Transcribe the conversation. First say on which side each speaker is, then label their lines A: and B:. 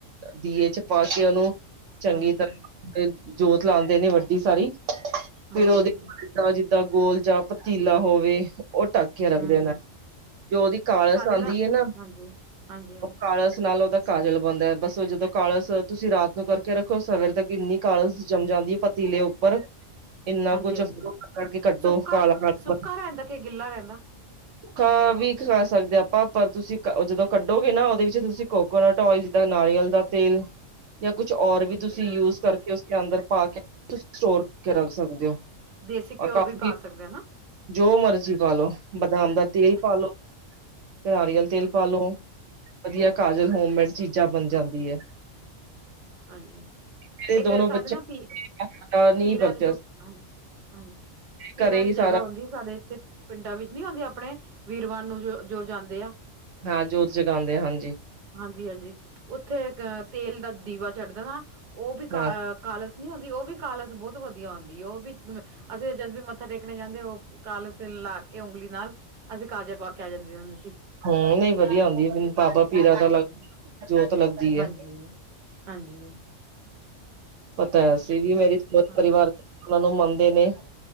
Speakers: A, on the right (about 70°); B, on the right (about 45°).
A: ਦੀਏ ਚ ਪਾ ਕੇ ਉਹਨੂੰ ਚੰਗੀ
B: ਹਾਂਜੀ,
A: ਤਰ੍ਹਾਂ ਜੋਤ ਲਾਉਂਦੇ ਨੇ ਵੱਡੀ ਸਾਰੀ
B: ਹਾਂਜੀ,
A: ਫਿਰ ਉਹਦੇ
B: ਹਾਂਜੀ,
A: ਜਿਦਾ ਦਾ ਗੋਲ ਜਾਂ ਪਤੀਲਾ ਹੋਵੇ ਉਹ ਟੱਕ ਕੇ ਰੱਖਦੇ
B: ਹੂੰ, ਹੂੰ
A: ਨੇ ਜੋ ਉਹਦੀ ਕਾਲਸ
B: ਸਾਡੇ
A: ਆਉਂਦੀ ਹੈ ਨਾ
B: ਹਾਂਜੀ, ਹਾਂਜੀ, ਹਾਂਜੀ,
A: ਉਹ ਕਾਲਸ ਨਾਲ ਉਹਦਾ ਕਾਜਲ ਬਣਦਾ ਬਸ ਜਦੋਂ ਕਾਲਸ ਤੁਸੀਂ ਰਾਤ ਨੂੰ ਕਰਕੇ ਰੱਖ ਦੇੋ ਸਵੇਰ ਤੱਕ ਇੰਨੀ ਕਾਲਸ ਜੰਮ ਜਾਂਦੀ ਪਤੀਲੇ ਉੱਪਰ ਇੰਨਾ
B: ਹਾਂਜੀ,
A: ਕੁਛ
B: ਹਾਂਜੀ
A: <unintelligible> ਕਰਕੇ ਕੱਢੋ
B: ਸੁੱਕਾ
A: ਕਾਲਾ ਰੱਤਬ
B: ਸੁੱਕਾ ਰਹਿੰਦਾ ਕਿ ਗਿੱਲਾ ਰਹਿੰਦਾ?
A: ਭੱਖਾ ਵੀ ਖਾ ਸਕਦੇ ਹ ਆਪਾਂ ਪਰ ਤੁਸੀਂ ਜਦੋਂ ਕੱਢੋਗੇ ਨਾ ਉਹਦੇ ਵਿੱਚ ਤੁਸੀਂ ਕੋਕੋਨਟ ਓਇਲ ਜਿੱਦਾਂ ਨਾਰੀਅਲ ਦਾ ਤੇਲ ਜਾਂ ਕੁਛ ਔਰ ਵੀ
B: ਹਾਂਜੀ,
A: ਤੁਸੀਂ
B: ਹਾਂਜੀ
A: ਯੂਜ ਕਰਕੇ ਉਸ ਅੰਦਰ ਪਾ ਕੇ ਤੁਸੀਂ ਸਟੋਰ ਕਰਕੇ ਰੱਖ ਸਕਦੇ ਹੋ
B: ਦੇਸੀ
A: ਔਰ
B: ਘਿਓ
A: ਕਾਫੀ
B: ਵੀ ਪਾ ਸਕਦੇ ਨਾ
A: ਜੋ ਮਰਜ਼ੀ ਪਾ ਲੋ ਬਦਾਮ
B: ਹਾਂਜੀ,
A: ਦਾ ਤੇਲ ਪਾਲੋ ਕਿ ਨਾਰੀਅਲ ਤੇਲ
B: ਹਾਂਜੀ,
A: ਪਾਲੋ
B: ਹਾਂਜੀ,
A: ਵਧੀਆ ਕਾਜਲ ਹੋਮਮੇਡ ਚੀਜ਼ਾਂ ਬਣ ਜਾਂਦੀ
B: ਹਾਂਜੀ,
A: ਹੈ
B: ਹਾਂਜੀ
A: ਮੇਰੇ
B: ਇੱਕ
A: ਦੋਨੋ ਬੱਚਿਆਂ
B: ਸਾਡੇ ਨਾ ਪੀ
A: ਨੇ ਆਟਾ ਨਹੀਂ
B: ਪੀਰਾ
A: ਵਰਤਿਆ
B: ਜਦੋਂ
A: ਸੀ
B: ਹਾਂਜੀ ਹਾਂਜੀ ਪੀਰਾਂ
A: ਘਰੇ
B: ਦੀ
A: ਹੀ ਸਾਰਾ
B: ਜਗ੍ਹਾ ਆਉਂਦੀ ਸਾਡੇ ਇੱਥੇ ਪਿੰਡਾਂ ਵਿੱਚ ਨੀ ਆਉਂਦੀ ਆਪਣੇ ਵੀਰਵਾਨ ਨੂੰ ਜੋ ਜੋ ਜਾਂਦੇ ਆ
A: ਹਾਂ ਜੋਤ ਜਗਾਉਂਦੇ ਆ ਹਾਂਜੀ
B: ਹਾਂਜੀ ਹਾਂਜੀ ਉੱਥੇ ਇਕ ਤੇਲ ਦਾ ਦੀਵਾ ਚੜ੍ਹਦਾ ਨਾ ਉਹ ਵੀ ਕਾ
A: ਹਾਂ
B: ਕਾਲਸ ਨਹੀਂ ਹੁੰਦੀ ਉਹ ਵੀ ਕਾਲਸ ਬਹੁਤ ਵਧੀਆ ਹੁੰਦੀ ਉਹ ਵੀ ਅਸੀਂ ਜਦ ਵੀ ਮੱਥਾ ਟੇਕ ਮੱਥਾ ਟੇਕਣੇ ਜਾਂਦੇ ਉਹ ਕਾਲਸ ਤੇ ਲਾ ਕੇ ਉਂਗਲੀ ਨਾਲ ਅਸੀਂ ਕਾਜਲ ਪਾ ਕੇ ਆ ਜਾਂਦੇ ਹੁੰਦੇ ਸੀ।
A: ਹੂੰ ਨਹੀਂ ਵਧੀਆ ਹੁੰਦੀ ਹੈ ਬਾਬਾ ਪੀਰਾ
B: ਹਮ-ਹਮ।
A: ਦਾ ਲੱਗ ਜੋਤ ਲੱਗਦੀ
B: ਹਾਂਜੀ-ਹਾਂਜੀ।
A: ਹੈ ਬਤਾਇਆ ਸੀ, ਵੀ <unintelligible> ਮੇਰੇ ਪਰ
B: ਹਾਂਜੀ
A: ਪਰਿਵਾਰ ਉਹਨਾਂ ਨੂੰ ਮੰਨਦੇ ਨੇ।